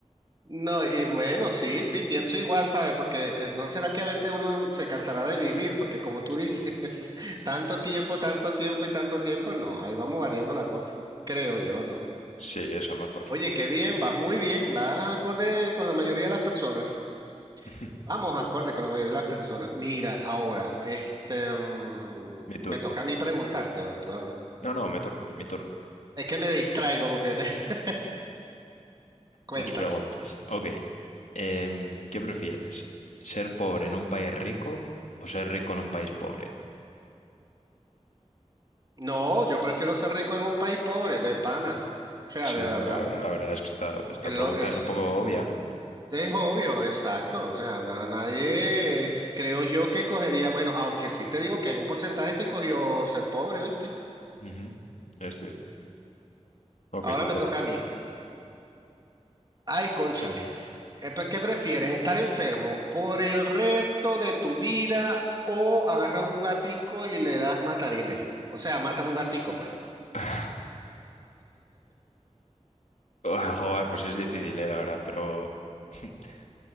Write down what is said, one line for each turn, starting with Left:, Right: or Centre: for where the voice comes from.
Right: No, y bueno, sí, sí, pienso igual, ¿sabe? Porque eh, no será que a veces uno se cansará de vivir, porque como tú dices, <laughs> tanto tiempo, tanto tiempo y tanto tiempo, no, ahí vamos variando la cosa, creo yo, ¿no?
Left: Sí, eso mejor.
Right: Oye, qué bien, vas muy bien, vas acorde con la mayoría de las personas.
Left: <laughs>
Right: Vamos acorde con la mayoría de las personas. Mira, ahora, este, mm,
Left: Mi turno.
Right: me toca a mí preguntarte, o tú, a-
Left: No, no, me toca, mi turno.
Right: es que me distraigo porque, <laughs> cuéntamelo.
Left: Las preguntas. Ok. Em, ¿qué prefieres? ¿Ser pobre en un país rico o ser rico en un país pobre?
Right: No, yo prefiero ser rico en un país pobre, de pana, o sea,
Left: Sí,
Right: de verdad.
Left: la, la verdad es que esta, esta
Right: Es,
Left: pregunta
Right: lo- es,
Left: es un poco obvia, ¿no?
Right: es obvio, exacto. O sea, na-
Left: Ujú.
Right: nadie, creo yo que escogería, bueno, aunque sí te digo que hay un porcentaje que escogió ser pobre, ¿viste?
Left: Ujú, Es cierto. Ok,
Right: Ahora
Left: tu
Right: me
Left: turno.
Right: toca a mí. Ay, cónchale. Eh, pe- ¿Qué prefieres? ¿Estar enfermo por el resto de tu vida o agarrar un gatico y le das matariles? O sea, matas un gatico, pues.
Left: <laughs> Ay, Joder, pues es difícil, eh, la verdad, pero... <laughs>